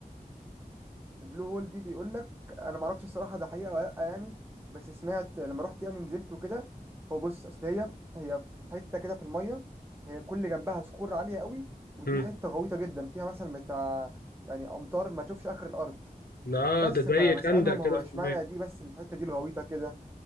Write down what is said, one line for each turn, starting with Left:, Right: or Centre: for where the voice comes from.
Right: بلو هول دي بيقول لك انا ما اعرفش الصراحه ده حقيقه ولا لا يعني بس سمعت لما رحت يعني نزلت وكده هو بص اصل هي هي في حته كده في الميه هي كل جنبها صخور عاليه قوي ودي
Left: مم.
Right: حته غويطه جدا فيها مثلا بتاع يعني امتار ما تشوفش اخر الارض
Left: لا
Right: بس
Left: ده زي
Right: فبسالهم
Left: خندق كده
Right: هو
Left: في
Right: اشمعنى
Left: المية
Right: دي بس الحته دي الغويطه كده